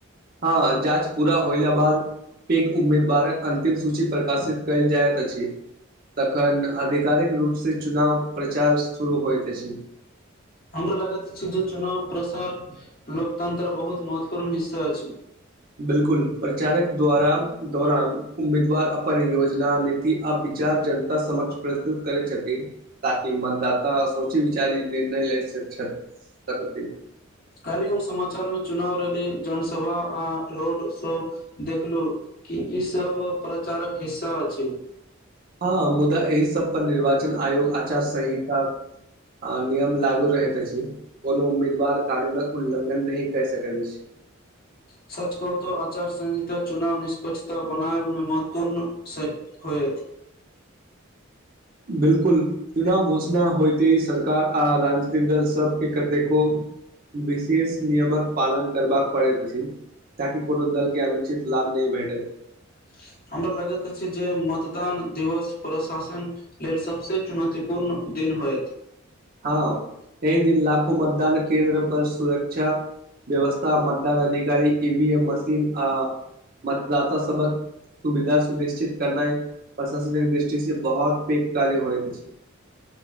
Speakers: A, on the right; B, on the left.
A: हँ जाँच पूरा होइल बाद पेघ उम्मीदवारक अंतिम सूची प्रकाशित कयल जाइत अछि तखन आधिकारिक रूपसँ चुनाव प्रचार शुरू होइत अछि
B: हमरा लागैत छी जे चुनाव प्रसार लोकतंत्र बहुत महत्वपूर्ण हिस्सा छी
A: बिल्कुल प्रचारक द्वारा दौरान उम्मीदवार अपन योजना नीति आब विचार जनता समक्ष प्रस्तुत करै छथिन ताकि मतदाता सोची विचार निर्णय ले छथि
B: कालहि हम समाचार मे चुनाव रैली जनसभा आ रोड शो देखलू कि ई सब प्रचारक हिस्सा अछि
A: हँ मुदा एहि सब पर निर्वाचन आयोग आचार संहिता आ नियम लागू रहैत अछि कोनो उम्मीदवार कानूनक उल्लंघन नहि कर सकैत अछि
B: त सच कहतो आचार संंहिता चुनाव निष्पक्षता बनाब मे महत्वपूर्ण से होय ठ
A: बिलकुल चुनाव घोषणा होयते ह सरकार आ राजनीतिक दल सबके कतेको विशेष नियमक पालन करबाक पड़े प ताकि कोनो दल के अनुचित लाभ नहि भेटत
B: <inaudible> हमरा लगत अछि जे मतदान दिवस प्रशासन लेल सबसे चुनौतीपूर्ण द होत
A: हँ एहि दिन लाखो मतदान केन्द्र पर सुरक्षा व्यवस्था मतदान अधिकारी ईवी एम मशीन आ मतदाता सबक सुविधा सुनिश्चित करना प्रशासनिक दृष्टि से बहुत पैघ कार्य हो छै